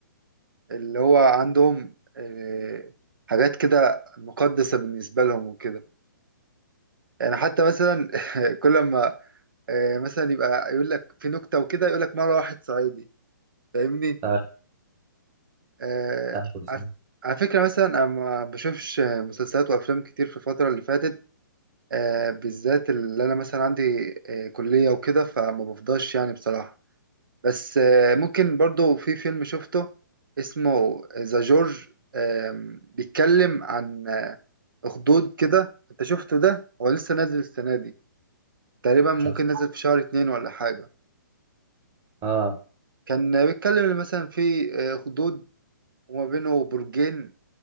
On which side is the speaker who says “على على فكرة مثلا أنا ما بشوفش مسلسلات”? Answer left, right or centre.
Right